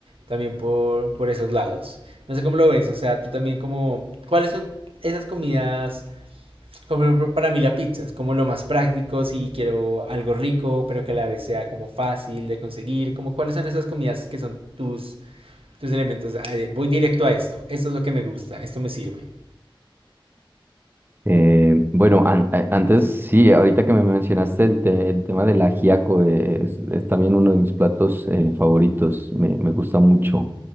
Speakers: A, on the right (about 85°); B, on the right (about 25°).
A: también por, por esos lados. No sé cómo lo ves, o sea, tú también como, ¿cuáles son esas comidas como para mí la pizza es como lo más práctico si quiero algo rico, pero que a la vez sea como fácil de conseguir, como cuáles son esas comidas que son tus, tus elementos. Ah, de- Voy directo a esto, esto es lo que me gusta, esto me sirve.
B: Eh, bueno, an- a- antes sí, ahorita que me mencionaste el, te- el tema del ajiaco, eh, es, es también uno de mis platos eh, favoritos, me, me gusta mucho.